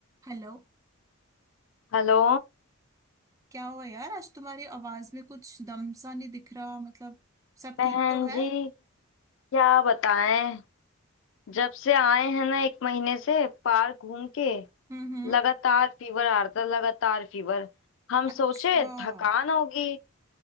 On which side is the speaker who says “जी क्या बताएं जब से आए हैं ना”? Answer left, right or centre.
Left